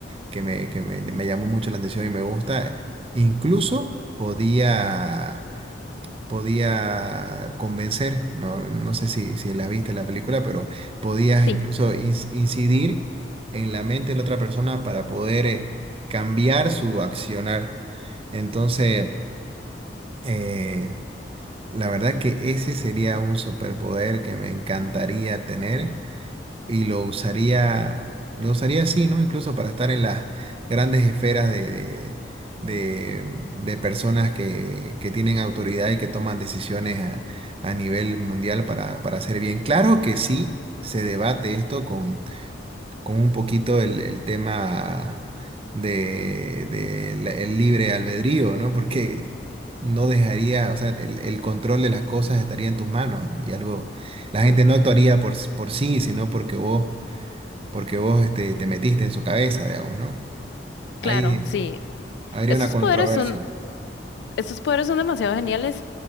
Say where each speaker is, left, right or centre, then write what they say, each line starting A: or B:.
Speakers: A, on the right; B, on the left.
A: que me, que me me llamó mucho la atención y me gusta, incluso podía podía convencer, no, no sé si, si la viste la película, pero podías
B: sí,
A: incluso inc- incidir en la mente de la otra persona para poder eh, cambiar su accionar. Entonces, eh, la verdad que ese sería un superpoder que me encantaría tener y lo usaría, lo usaría así, ¿no? Incluso para estar en las grandes esferas de, de, de- de personas que, que tienen autoridad y que toman decisiones a, a nivel mundial para, para hacer bien. Claro que sí se debate esto con, con un poquito el, el tema de, de la- el libre albedrío, ¿no? Porque no dejaría, o sea, el, el control de las cosas estaría en tus manos y algo, la
B: ujú,
A: gente no actuaría por, por sí, sino porque vos porque vos este, te metiste en su cabeza, digamos, ¿no? Ahí
B: claro, sí.
A: habría
B: Esos
A: una controversia.
B: poderes son, esos poderes son demasiado geniales,